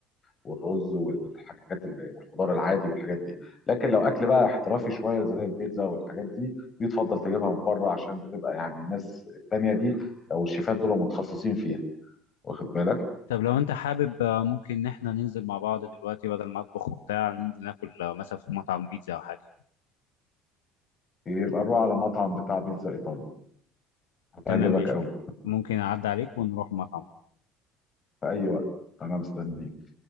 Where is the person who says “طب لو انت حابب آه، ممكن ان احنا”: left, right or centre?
Left